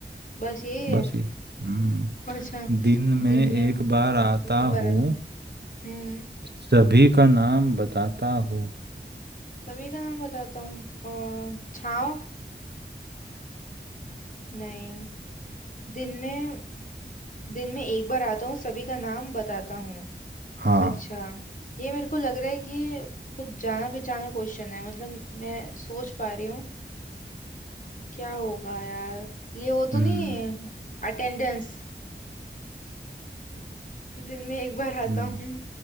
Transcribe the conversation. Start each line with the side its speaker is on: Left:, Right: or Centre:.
Left: बस यही है
Right: बस ये हम्म
Left: अच्छा
Right: दिन में
Left: दिन
Right: एक
Left: में
Right: बार आता
Left: एक बार
Right: हूँ
Left: है तुम हम्म
Right: सभी का नाम बताता हूँ
Left: सभी का नाम बताता हूँ अ, छाँव नहीं दिन में दिन में एक बार आता हूँ सभी का नाम बताता हूँ
Right: हाँ
Left: अच्छा ये मेरे को लग रहा है कि ये कुछ जाना पहचाना क्वेश्चन है मतलब मैं सोच पा रही हूँ क्या होगा यार ये वो तो
Right: हम्म
Left: नहीं अटेंडेंस दिन में एक बार आता
Right: हम्म
Left: हूँ